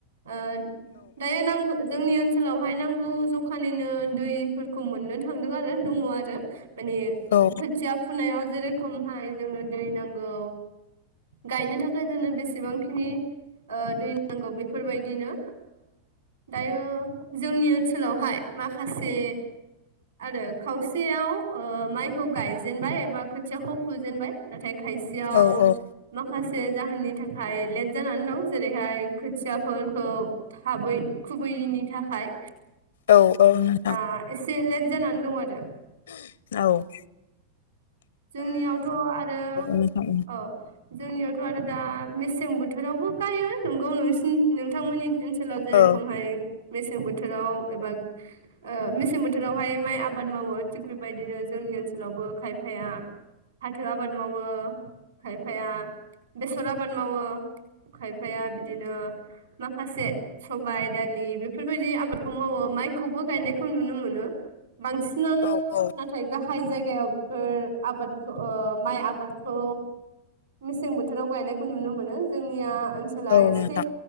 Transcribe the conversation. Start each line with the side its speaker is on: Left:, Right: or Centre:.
Right: ओ दायो नांगौ जोंनि ओनसोल ओनसोलावहाय नांगौ जखानिनो दैफोरखौ मोननो थांदों आरो दङ आरो माने
Left: औ
Right: खोथिया फुनायाव जेरै खमहाय जोंनो दै नांगौ गायनो थाखाय जोंनो बेसेबांखिनि ओ दै नांगौ बेफोरबायदिनो दायो जोंनि ओनसोलावहाय माखासे आरो खावसेयाव ओ माइखौ गायजेनबाय एबा खोथियाखौ फुजेनबाय नाथाय खायसे आव
Left: औ
Right: माखा जसे जाहोननि थाखाय लेट जानानै दं जेरैहाय खोथियाफोरखौ थाबै खुबैयैनि थाखाय
Left: औ औ नोंथां
Right: दा एसे लेट जानानै दं आरो
Left: द <unintelligible>
Right: जोंनियावथ' आरो
Left: नोंथां
Right: औ जोंनियावथ' आरो दा मेसें बोथोरावबो गायो नंगौ नोंसि नोंथांमोननि ओ राव जेरै
Left: औ
Right: खमहाय मेसें बोथोराव एबा ओ मेसें बोथोरावहाय माइ आबाद मावो थिग बेबायदिनो जोंनि ओनसोलावबो खाय खायफाया फाथो आबाद मावो खायफाया बेसर आबाद मावो खायफाया बिदिनो माखासे सबाय दालि बेफोरबायदि आबादखौ मावो माइखौबो गायनायखौ नुनो मोनो बांसिनानो
Left: औ औ
Right: नाथाय गाहाय जागायाव फोर आबादखौ ओ माइ आबादखौ मेसें बोथोराव गायनायखौ नुनो मोनो जोंनिया ओनसोला
Left: औ
Right: एसे
Left: नोंथां